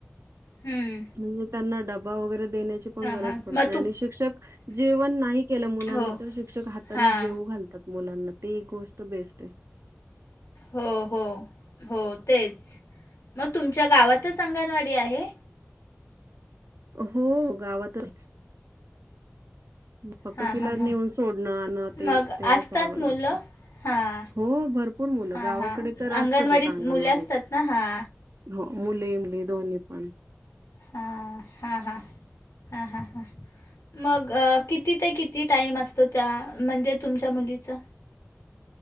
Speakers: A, on the left; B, on the right.
A: हम्म.
B: म्हणजे त्यांना डबा वगैरे देण्याची ची पण गरज
A: हां
B: पडत
A: मग
B: नाही
A: तू
B: आणि शिक्षक जेवण नाही केल मुलांनी
A: हो
B: तर शिक्षक हातानी
A: हां
B: जेवू घाल तात मुलांना ते एक गोष्ट बेस्ट आहे.
A: हो हो हो तेच मग तुमच्या गावातच अंगणवाडी आहे.
B: हो गावात आहे. फक्त
A: हां
B: तिला
A: हां
B: नेऊन सोडणं आणण ते
A: मग
B: तेवढं
A: असतात
B: करावं
A: मुलं
B: लागतं.
A: हां
B: हो भरपूर मुलं
A: हां
B: गावाकडे
A: हां
B: तर
A: अंगणवाडीत
B: असतातच अंगणवाडीत.
A: मुले असतात ना हां
B: हो मुले मुली दोन्ही पण.
A: हा हा हा हा हा हा. मग किती ते किती टाईम असतो त्या म्हणजे तुमच्या मुलीचा.